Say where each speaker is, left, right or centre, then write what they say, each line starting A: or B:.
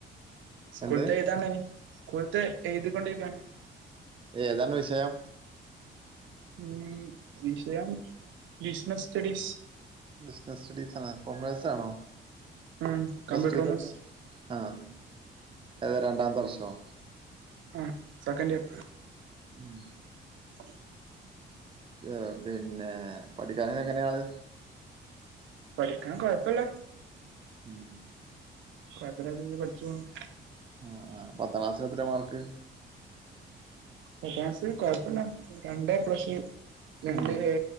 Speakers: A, on the right; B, on the right.
A: സ്കൂൾത്തെ
B: എന്ത്
A: എഴുതാണ്ടയ്നി സ്കൂൾത്തെ എഴുതിക്കൊണ്ടിരിക്കാണ്.
B: ഓ ഏതാണ് വിഷയം
A: ഉം വിഷയം ബിസ്നസ് സ്റ്റഡീസ്.
B: ബിസിനസ്സ് സ്റ്റഡീസ് ആഹ് കൊമേഴ്സാണോ
A: ഉം
B: പ്ലസ്സ്ടു
A: കമ്പ്യൂട്ടർ കോമേഴ്സ്
B: ടത്തെ. ആഹ് അഹ് രണ്ടാംതെർഷോ?
A: ആഹ് സെക്കന്റിയൊ
B: ഉം
A: <inaudible>
B: ആഹ് പിന്നെ പഠിക്കാനെങ്ങനെയാള്
A: പഠിക്കാൻ കൊഴപ്പല്ല
B: ഉം
A: കൊഴപ്പല്ലാത്ത രീതി പഠിച്ചു പോകുന്നു
B: ആഹ് ആഹ് പത്താക്ലാസ്സിലെത്രയാ മാർക്ക്
A: പത്താം ക്ലാസി കൊഴപ്പല്ല രണ്ടെപ്ലസ് രണ്ട്
B: ഉം
A: എ